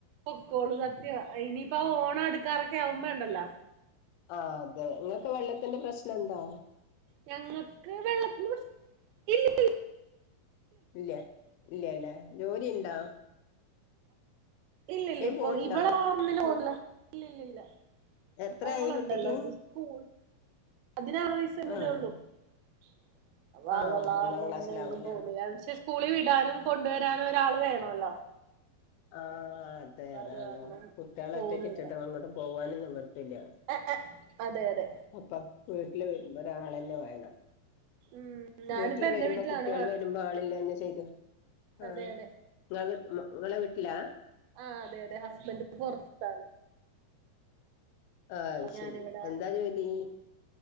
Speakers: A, on the right (about 85°); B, on the left (about 80°).
A: പൊക്കോള് സത്യ ഇനിയിപ്പ ഓണം അടുക്കാറൊക്കെ ആവുമ്പോണ്ടല്ലോ
B: ആ അതെ ഇങ്ങക്ക് വെള്ളത്തിന്റെ പ്രശ്നണ്ടാ
A: ഞങ്ങൾക്ക് വെള്ളത്തിൻ്റെ പ്രശ്നം ഇല്ലി ല്ല
B: ഇല്ല ഇല്ലല്ല, ജോലി ഉണ്ടോ?
A: ഇല്ലല്ല ഇപ്പൊ
B: പോണുണ്ടോ
A: ഇവടെ വർന്നില പോന്നില്ല
B: ഉം
A: ഇല്ലല്ലല്ല
B: എത്രായി
A: മോളുണ്ടല്ലോ
B: കുട്ടിക്ക്
A: അത് സ്കൂൾ അതിന <unintelligible>
B: ആഹ് ആഹ് ഒന്നാം ക്ലാസ്സിലാവൂലേ
A: സ്കൂളിവിടാനും കൊണ്ടുവരാനും ഒരാൾ വേണോല്ലോ
B: ആ അതെ അതാണ്
A: അത് കാരണം
B: കുട്ടിയാളെ
A: പോകുന്നില്ല
B: ഒറ്റക്കിട്ടിട്ട് അങ്ങോട്ട് പോവാനും നിവൃത്തില്ല
A: ആ അതെ അതെ
B: അപ്പൊ വീട്ടിൽ വരുമ്പോ ഒരാളന്നെ വേണം
A: ഉം ഞാനിപ്പോ
B: വീട്ടിൽ
A: എന്റെ
B: വരുമ്പോ
A: വീട്ടിലാണ്
B: കുട്ടികൾ വ വരുമ്പോ ആളില്ലാഞ്ഞാ ശെരി ആ
A: അതെ അതെ
B: ഞാള ഇങ്ങളെ വീട്ടിലാ
A: ആ അതെ അതെ ഹസ്ബൻഡ് ഇപ്പൊ പൊറത്താണ്.
B: ആഹ് അയ് ശെരി.
A: ഞാനിവിടെ
B: എന്താ ജോലി?